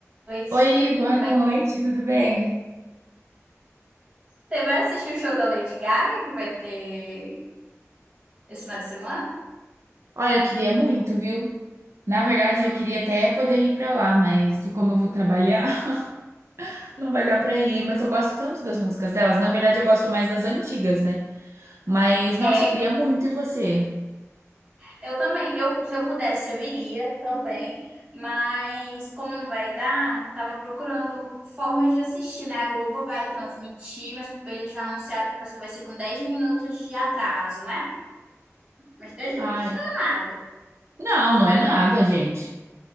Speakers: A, on the right; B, on the right.
A: noite,
B: Oi, boa
A: tudo bem?
B: noite, tudo bem?
A: Você vai assistir o show da Lady Gaga que vai ter esse final de semana?
B: Olha, eu queria muito, viu? Na verdade, eu queria até poder ir pra lá, mas como eu vou trabalhar, <laughs> não vai dar pra ir. Mas eu gosto tanto das músicas delas. Na verdade, eu gosto mais das antigas, né? Mas,
A: É,
B: nossa, eu queria muito. E você?
A: eu também. Eu, se eu pudesse, eu iria também. Mas como não vai dar, tava procurando formas de assistir, né? A Globo vai transmitir, mas eles já anunciaram que parece que vai ser com 10 minutos de atraso, né? Mas 10 minutos
B: Ai,
A: não é nada.
B: não, não é nada, gente.